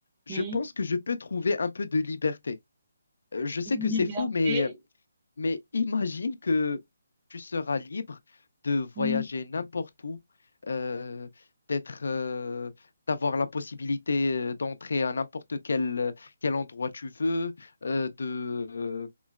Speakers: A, on the left; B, on the right.
A: je
B: oui,
A: pense que je peux trouver un peu de liberté. Euh, Je sais
B: liberté,
A: que c'est fou, mais Mais imagine que tu seras libre de voyager
B: oui,
A: n'importe où, euh, d'être, euh, d'avoir la possibilité euh, d'entrer à n'importe quel, euh, quel endroit tu veux, euh, de, euh,